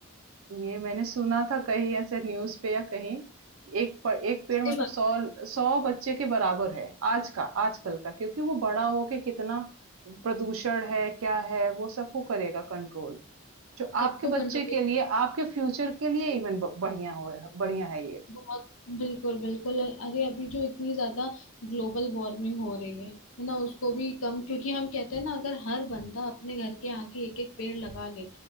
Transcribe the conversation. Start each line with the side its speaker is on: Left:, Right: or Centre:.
Right: ये मैंने सुना था कहीं ऐसे न्यूज पे या कहीं कि एक पर, एक पेड़
Left: सही
Right: मतलब
Left: बात
Right: सौ सौ बच्चे के बराबर है आज का आजकल का क्योंकि वो बड़ा होके कितना प्रदूषण है क्या है वो सबको करेगा कंट्रोल जो
Left: सबको
Right: आपके बच्चे
Left: कंट्रोल
Right: के लिए, आपके फ्यूचर के लिए इवन ब बढ़िया हो बढ़िया है ये।
Left: बहुत बिल्कुल बिल्कुल अरे अभी जो इतनी ज्यादा ग्लोबल वार्मिंग हो रही है है ना उसको भी कम क्योंकि हम कहते हैं ना अगर हर बंदा अपने घर के आगे एक एक पेड़ लगा ले